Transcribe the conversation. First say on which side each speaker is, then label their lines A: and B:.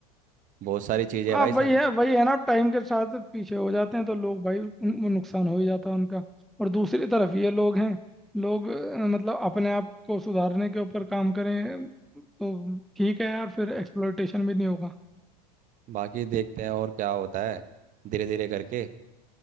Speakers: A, on the right; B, in the centre.
A: बहुत सारी चीजें हैं
B: हाँ
A: भाई
B: वही
A: सर
B: है वही है ना टाइम के साथ पीछे हो जाते हैं तो लोग भाई उन- वो नुकसान हो ही जाता है उनका और दूसरी तरफ ये लोग हैं लोग अ, मतलब अपने आप को सुधारने के ऊपर काम करें तो ठीक है यार फिर एक्सप्लोइटेशन भी नहीं होगा
A: बाकी देखते हैं और क्या होता है धीरे धीरे करके